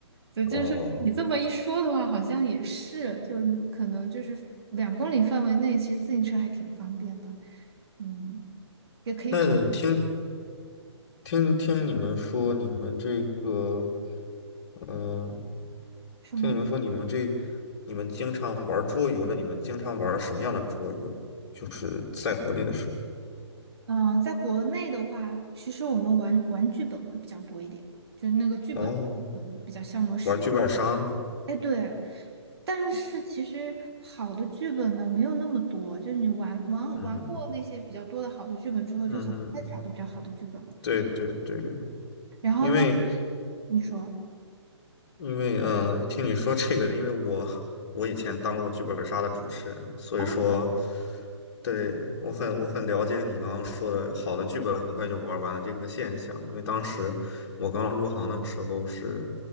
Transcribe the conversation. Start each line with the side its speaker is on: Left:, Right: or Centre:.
Right: 所以就是说，
Left: 哦。
Right: 你这么一说的话，好像也是，就可能就是两公里范围内，其实自行车还挺方便吧。嗯，也可以考，
Left: 那听听听你们说，你们这个，嗯、
Right: 是吗？
Left: 听你们说，你们这，你们经常玩桌游，那你们经常玩什么样的桌游？就是在国内的时候，
Right: 嗯、在国内的话，其实我们玩玩剧本会比较多一点，就是那个剧本，
Left: 哦，
Right: 嗯，比较消磨时。
Left: 玩剧本杀吗？
Right: 哎，对，但是其实好的剧本呢没有那么多，就是你玩玩玩过那些比较多的好的剧本之后，
Left: 嗯哼，嗯哼
Right: 就很快找到比较好的剧本了。
Left: 对对对，
Right: 然后呢，
Left: 因为
Right: 你说，
Left: 因为呃，听你说这个，因为我我以前当过剧本杀的主持人，所以说，
Right: 哦，
Left: 对，我很我很了解你刚刚说的，好的剧本很快就玩完了这个现象。因为当时我刚入行的时候是，